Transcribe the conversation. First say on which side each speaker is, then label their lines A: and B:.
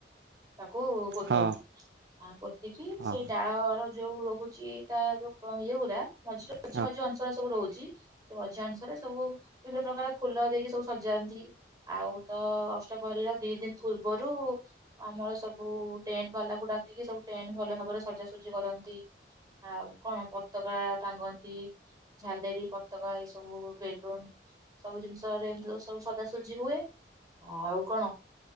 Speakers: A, on the right; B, on the right.
A: ତା କୁ ପୋତନ୍ତି
B: ହଁ
A: ଆ ପୋତିକି
B: ହଁ
A: ସେଇ ଡାଳର ଯୋଉ ରହୁଛି ତା ଯୋଉ କଣ ଇଏ ପୁୁରା ମଝିର
B: ହଁ
A: ମଝି ମ ରହୁଛି ସେ ମଝୀ ଅନୁସାରେ ସବୁ ବିଭିନ୍ନ ପ୍ରକାର ଫୁଲ ଦେଇକି ସବୁ ସଜାନ୍ତି ଆଉ ତ ଅଷ୍ଟପହରୀର ଦି ଦିନ ପୂର୍ବରୁ ଆମର ସବୁ ଟେଣ୍ଟ ବାଲାକୁ ଡାକିକି ସବୁ ଟେଣ୍ଟ ଭଲ ଭାବରେ ସଜାସଜି କରନ୍ତି ଆଉ କଣ ପତକା ଟାଙ୍ଗନ୍ତି ଝାଲେର ପତକା ଏ ସବୁ ବେଲୁନ ସବୁ ଜିନିଷରେ ଏମିତି ସବୁ ସଜାସଜି ହୁଏ ଆଉ କଣ